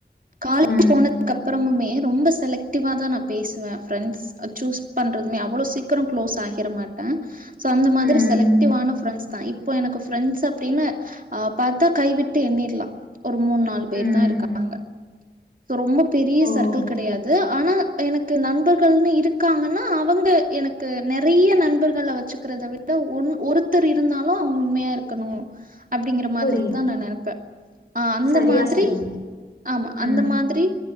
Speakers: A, on the right; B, on the left.
A: காலேஜ்
B: ம்
A: போனதுக்கு அப்புறமுமே ரொம்ப செலக்டிவாதா நான பேசுவ ஃப்ரெண்ட்ஸ் சூஸ் பண்றதுமே அவ்வளோ சீக்கிரோ க்ளோஸ் ஆகிற மாட்ட சோ அந்த மாதிரி
B: ம்
A: செலக்டிவ்வான பிரெண்ட்ஸ் தா இப்ப எனக்கு பிரெண்ட்ஸ் அப்டின்னு‌ ஆ பாத்தா கைவிட்டு எண்ணிர்லா ஒரு மூண் நாள் பேர்
B: ம்
A: தா இருக்காங்க சோ ரொம்ப பெரிய
B: ஓகே
A: சர்க்கிள் கெடையாது ஆனா எனக்கு நண்பர்கள்ன்னு இருக்காங்கன்னா அவங்க எனக் கு நெறைய நண்பர்கள வச்சுக்கிறத விட ஒன் ஒருத்தர் இருந்தாலு அவங்க உண்மையா இருக்கணு அப்படிங்கற மாதிரி
B: புரியுது
A: தா நா நனப்ப ஆ அந்த
B: சரியா
A: மாதிரி
B: சொன்னீங்க
A: ஆமா அந்த
B: ம்
A: மா த்ரி